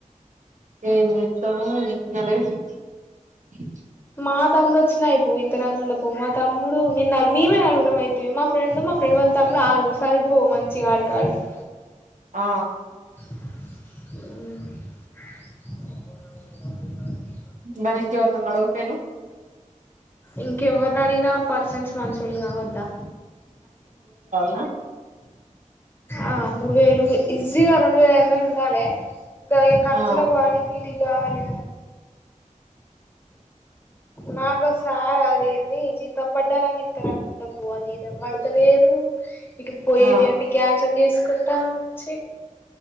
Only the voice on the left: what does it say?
మా తమ్ముడు వచ్చినా అయి పో ఇంత రందు ఉండ పో మా తమ్ముడు మమే నలుగురురం అవుతుయి మా ఫ్రెండ్ మా ఫ్రెండ్ వెళ్తాము ఆరుగురు సారి పోవు మంచిగా ఆడికి ఆడికి
<inaudible>
ఇంకెవరిని అడిగినా పర్సన్ట్స్ మషుళ్లు కావద్దా
ఆ మూడు వేలు ఈజీగా రెండు వేలయింద ఉండాల ఇంకా ఖర్చు
వాటి వీటికి గాలి నాకుసారి అదేంది జీతం పడ్డా నాకు ఇంత రం ఉండ పు్ జీతం పడతలేదు ఇటు పోయేటివన్ని
క్యాన్సల్ చేసుకుంటానుచ్చ